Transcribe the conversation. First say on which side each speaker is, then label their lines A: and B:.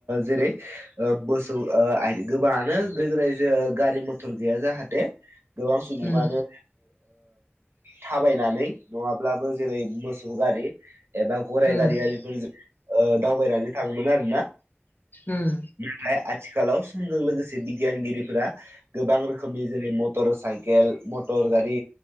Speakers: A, on the right; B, on the left.
A: जेरै मोसौ गोबाङानो गोरायजो गारि मथर गैया जाहाथे गोबां सुबुुङानो
B: उम
A: थाबायनानै नङाब्लाबो जेरै मोसौ गारि एबा गराइ
B: उम
A: गारियारिफोरजों ओ दावबायनानै थाङोमोन आरोना?
B: उम
A: नाथाय आथिखालाव समजों लोगोसे बिगियानगिरिफोरा गोबां रोखोम जि जेरै मटर साइकेल मटर गारि